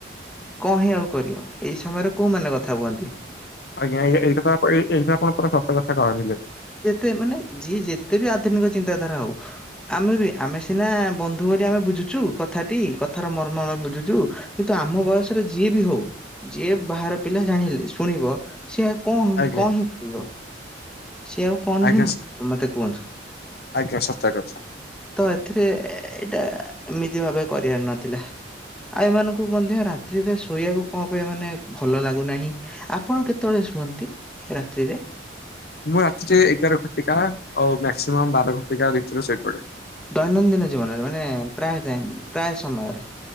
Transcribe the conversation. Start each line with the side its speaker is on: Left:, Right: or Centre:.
Centre: କଁ ହିଁ ଆଉ କରିବ ଏଇ ସମୟରେ କୋଉମାନେ କଥା ହୁଅନ୍ତି?
Left: ଆଜ୍ଞା ଇଏ ଏଇଟା ତ ଆପ ଏ ଏଇଟା ଆପଣ ପୁରା ସତ କଥା କହିଲେ।
Centre: ଯେତେ ମାନେ ଯିଏ ଯେତେ ବି ଆଧୁନିକ ଚିନ୍ତାଧାରା ହୋଉ ଆମେ ବି ଆମେ ସିନା ବନ୍ଧୁ ବୋଲି ଆମେ ବୁଝୁଚୁ କଥାଟି କଥାର ମର୍ମ ଆମେ ବୁଝୁଚୁ କିନ୍ତୁ ଆମ ବୟସର ଯିଏ ବି ହୋଉ ଯିଏ ବାହାର ପିଲା ଜାଣିଲେ ଶୁଣିବ ସିଏ ଆଉ କଣ ହେମତି
Left: ଆଜ୍ଞା
Centre: କଣ ହିଁ କହିବ? ସିଏ ଆଉ କଣ
Left: ଆଜ୍ଞା
Centre: ହିଁ ଭା ମତେ କୁହନ୍ତୁ?
Left: ଆଜ୍ଞା ସତ କଥା।
Centre: ତ ଏଥିରେ ଏଇଟା ଏମିତି ଭାବେ କରିିବାର ନଥିଲା। ଆଉ ଏମାନଙ୍କୁ ମଧ୍ୟ ରାତ୍ରିରେ ଶୋଇବାକୁ କଣ ପାଇଁ ମାନେ ଭଲ ଲାଗୁନାହିଁ। ଆପଣ କେତୋଳେ ଶୁଅନ୍ତି ରାତ୍ରିରେ?
Left: ମୁଁ ରାତିରେ ଏଗାର ଘଟିକା ଆଉ ମକ୍ସିମମ୍ ବାର ଘଟିକା ଭିତରେ ଶୋଇପଡେ।
Centre: ଦୈନନ୍ଦିନ ଜୀବନରେ ମାନେ ପ୍ରାୟ ଟାଇମ୍ ପ୍ରାୟ ସମୟରେ?